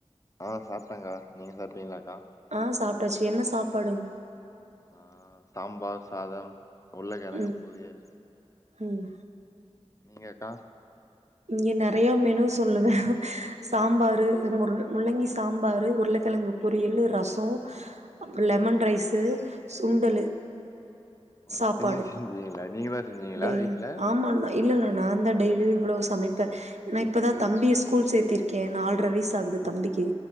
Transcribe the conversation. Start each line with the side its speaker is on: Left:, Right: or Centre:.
Left: ஆ சாப்டக்கா நீங்க சாப்ட்டிங்களாக்கா
Right: ஆ சாப்ட்டாச்சு என்ன சாப்பாடுங்
Left: ஆ சாம்பார் சாதம் உருளக்கெழங்கு
Right: ம்
Left: பொரியல்
Right: ம்
Left: நீங்கக்கா
Right: இங்கே நெறையா மெனு சொல்லுவ சாம்பாரு முரு முள்ளங்கி சாம்பாரு உருளக்கிழங்கு பொரியலு ரசம் அப்ப லெமன் ரைஸ்சு சுண்டலு
Left: ஓ
Right: சாப்பாடு
Left: இத்தனையு செஞ்சீங்களா நீங்க தா செஞ்சீங்களா
Right: டே
Left: வீட்ல
Right: ஆமான்னு இல்லலா நா தா டெய்லியு இவ்ளோ சமைப்பே ஏன்னா இப்போ தா தம்பிய ஸ்கூல் சேர்த்திருக்கே நால்ரை வயசாகுது தம்பிக்கு